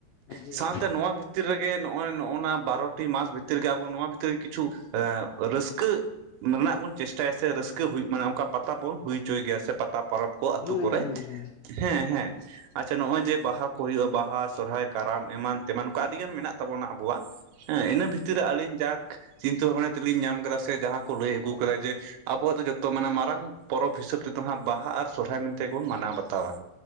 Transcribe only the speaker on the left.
ᱟᱹᱰᱤ
ᱟᱹᱰᱤ
ᱦᱮᱸ
ᱦᱮᱸ ᱦᱮᱸ